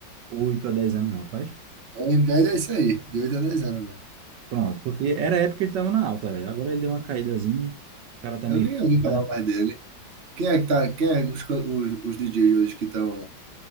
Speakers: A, on the right; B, on the right.
A: 8 a 10 anos, não, faz?
B: Em média é isso aí, de 8 a 10 anos mesmo.
A: Pronto, porque era a época que ele tava na alta, velho. Agora ele deu uma caídazinha, o cara tá
B: Eu
A: meio...
B: nem ouvi falar
A: né?
B: mais dele. Quem é que tá? Quem é os, co- os, os DJs hoje que estão